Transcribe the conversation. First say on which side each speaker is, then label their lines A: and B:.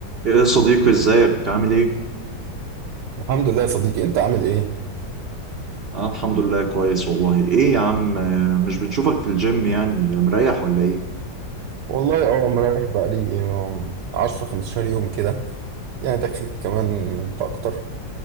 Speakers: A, on the right; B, on the right.
A: ايه يا صديقي ازيك عامل ايه؟
B: الحمد لله يا صديقي انت عامل ايه
A: انا الحمد لله كويس والله ايه يا عم آه، مش بنشوفك في الجيم يعني مريح ولا ايه؟
B: والله اه مريح بقالي آم، 10 15 يوم كده يعني داخل كمان في اكتر